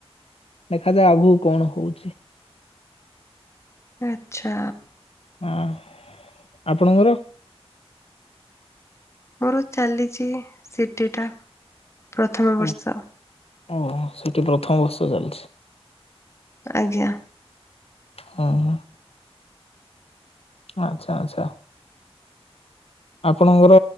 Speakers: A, on the left; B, on the left.
A: ଦେଖାଯାଉ ଆଗକୁ କଣ ହଉଛି।
B: ଆଚ୍ଛା।
A: ହଁ ଆପଣଙ୍କର?
B: ମୋର ଚାଲିଛି ସିଟିଟା ପ୍ରଥମ
A: ଓ
B: ବର୍ଷ।
A: ଓହୋ ସିଟି ପ୍ରଥମ ବର୍ଷ ଚାଲିଛି।
B: ଆଜ୍ଞା।
A: ହଁ ହଁ। ଆଚ୍ଛା ଆଚ୍ଛା। ଆପଣଙ୍କର